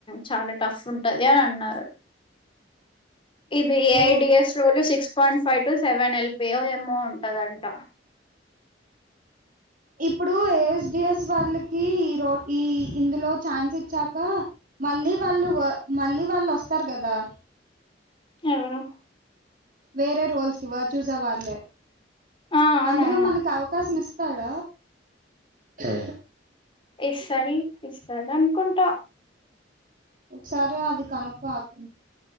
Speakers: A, on the left (about 30°); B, on the right (about 50°).
A: చాలా టఫ్ ఉంటది అని అన్నరు ఇది
B: ఓ
A: I D S role six point five to seven LP ఓ ఏమో ఉంటదంట
B: ఇప్పుడు ఏఎస్డిఎస్ వాళ్ళకి రో ఈ ఇందులో ఛాన్స్ ఇచ్చాక మళ్ళీ వాళ్ళు మళ్ళీ వాళ్ళు వస్తారు కదా
A: ఎవరు
B: వేరే రోల్స్కి ఇవ్వరు చూసే వాళ్ళే
A: ఆ అవునవును
B: అందులో మనకి అవకాశం ఇస్ తాడ ఊ
A: ఇస్తాడు ఇస్తాడు అనుకుంటా
B: ఒకసారి అది కనుక్కో అక్